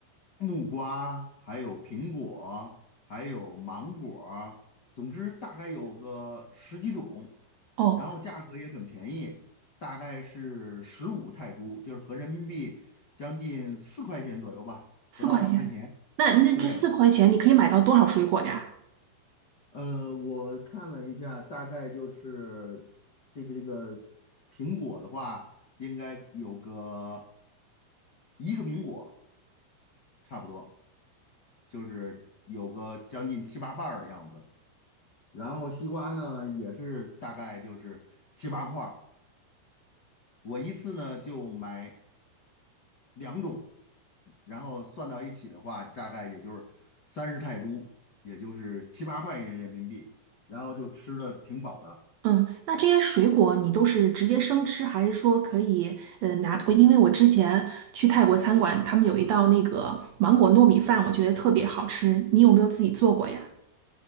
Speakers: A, on the left (about 55°); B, on the right (about 65°).
A: 木瓜，还有苹果，还有芒果总之大概有个十几种。
B: 哦，
A: 然后价格也很便宜，大概是十五泰铢，就是合人民币将近四块钱左右吧，
B: 四块钱。
A: 不到五块钱。
B: 那那这四块钱你可以买到多少水果呀？
A: 对，呃，我看了一下，大概就是这个这个苹果的话，应该有个一个苹果差不多，就是有个将近七八瓣儿的样子。然后西瓜呢，也是大概就是七八块儿。我一次呢就买两种，然后算到一起的话，大概也就是三十泰铢，也就是七八块钱人民币，然后就吃的挺饱的。
B: 嗯，那这些水果你都是直接生吃，还是说可以呃拿？我因为我之前去泰国餐馆，他们有一道那个芒果糯米饭，我觉得特别好吃。你有没有自己做过呀？